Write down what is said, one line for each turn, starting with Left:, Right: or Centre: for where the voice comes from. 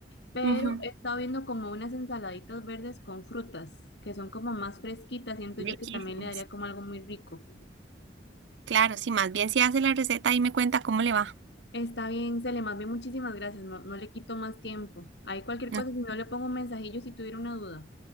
Left: Pero
Right: Ujú.
Left: he estado viendo como unas ensaladitas verdes con frutas, que son como más fresquitas, siento
Right: Riquísimas.
Left: yo que también le daría como algo muy rico.
Right: Claro, sí, más bien si hace la receta y me cuenta cómo le va.
Left: Está bien, Cele, más bien muchísimas gracias. No, no le quito más tiempo. Hay cualquier
Right: No,
Left: cosa, si no le pongo un mensajillo si tuviera una duda.